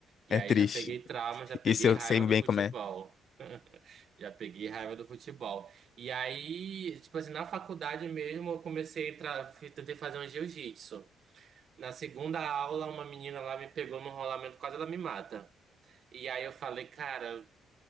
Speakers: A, on the right (about 60°); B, on the left (about 50°).
A: E
B: É
A: aí
B: triste.
A: já peguei trauma, já peguei
B: Isso eu
A: raiva
B: sei bem
A: do futebol.
B: como é.
A: Já peguei raiva do futebol. E aí, tipo assim, na faculdade mesmo, eu comecei a entrar, fi- tentei fazer um jiu-jitsu. Na segunda aula, uma menina lá me pegou no rolamento, quase ela me mata. E aí eu falei, cara,